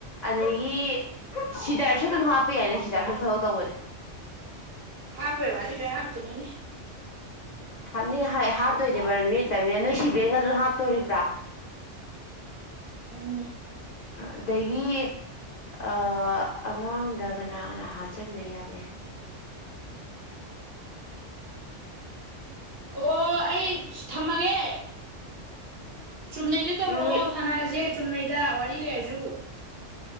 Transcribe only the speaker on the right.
<unintelligible> ꯍꯥꯄꯦꯕꯖꯤꯕ ꯍꯥꯞꯇꯅꯤꯅꯦ
<unintelligible> ꯎꯗꯤ
ꯑꯣ ꯑꯩ ꯊꯝꯃꯒꯦ ꯆꯨꯝꯅꯩꯗ ꯇꯧꯔꯛꯑꯣ
ꯁꯥꯟꯅꯔꯁꯦ ꯆꯨꯝꯅꯩꯗ ꯋꯥꯔꯤ ꯂꯩꯔꯁꯨ